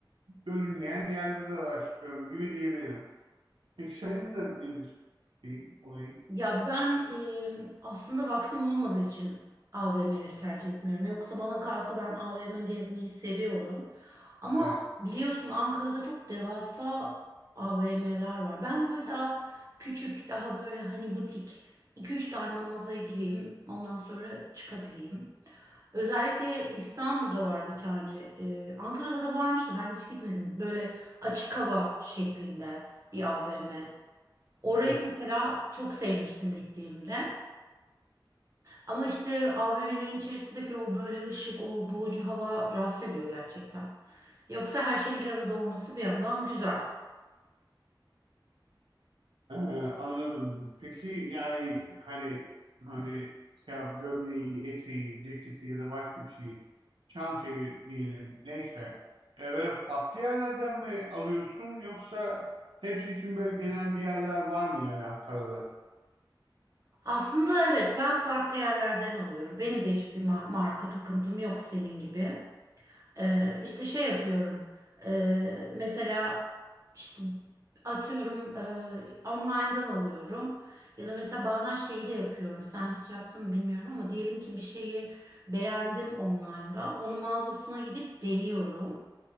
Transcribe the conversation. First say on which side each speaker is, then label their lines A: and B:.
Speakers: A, on the right; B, on the right.
A: görülmeyen yerleri araştırıyorum gibi diyebilirim. Peki senin de nedir şeyin, olayın?
B: Ya ben e, aslında vaktim olmadığı için AVM'leri tercih etmiyorum. Yoksa bana kalsa ben AVM gezmeyi seviyorum. Ama
A: Evet.
B: biliyorsun Ankara'da çok devasa AVM'ler var. Ben böyle daha küçük, daha böyle hani butik iki üç tane mağazaya gireyim, ondan sonra çıkabileyim. Özellikle İstanbul'da var bir tane. Ee, Ankara'da da varmış da ben hiç gitmedim. Böyle açık hava şeklinde bir AVM. Orayı
A: Evet.
B: mesela çok sevmiştim gittiğimde. Ama işte AVM'lerin içerisindeki o böyle ışık, o boğucu hava rahatsız ediyor gerçekten. Yoksa her şeyin bir arada olması bir yandan güzel.
A: Ee, anladım. Peki yani hani hani ya gömleği, eteği, ceketi ya da başka bir şeyi, çantayı diyelim neyse. E, böyle farklı yerlerden mi alıyorsun yoksa hepsi için böyle genel bir yerler var mı yani Ankara'da?
B: Aslında evet ben farklı yerlerden alıyorum. Benim de hiçbir ma- marka takıntım yok senin gibi. Ee, işte şey yapıyorum. Ee, mesela işte atıyorum e, online'dan alıyorum. Ya da mesela bazen şeyi de yapıyorum. Sen hiç yaptın mı bilmiyorum ama diyelim ki bir şeyi beğendim online'da. Onun mağazasına gidip deniyorum.